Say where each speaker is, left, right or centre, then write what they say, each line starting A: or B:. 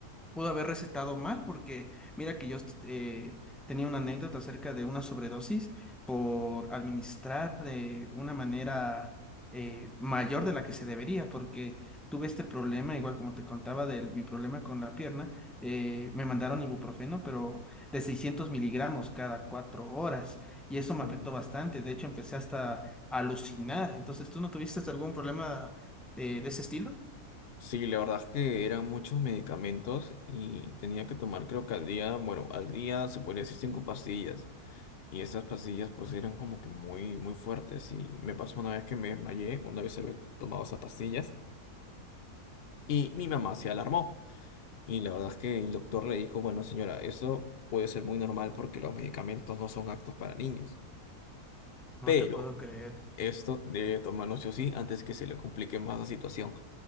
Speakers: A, in the centre; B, on the left (about 55°).
A: pudo haber recetado mal porque mira que yo eh, tenía una anécdota acerca de una sobredosis por administrar de una manera eh, mayor de la que se debería porque tuve este problema, igual como te contaba de mi problema con la pierna, eh, me mandaron ibuprofeno pero de 600 miligramos cada cuatro horas y eso me
B: Mm.
A: afectó bastante, de hecho empecé hasta a alucinar, entonces ¿tú no tuviste hasta algún problema eh, de ese estilo?
B: Sí, la verdad es que eran muchos medicamentos y tenía que tomar creo que al día, bueno, al día se podría decir cinco pastillas. Y esas pastillas pues eran como que muy, muy fuertes. Y me pasó una vez que me desmayé, una vez había tomado esas pastillas. Y mi mamá se alarmó. Y la verdad es que el doctor le dijo, bueno, señora, eso puede ser muy normal porque los medicamentos no son aptos para niños,
A: No
B: pero
A: te puedo creer.
B: esto debe tomarlo sí o sí antes que se le complique más la situación.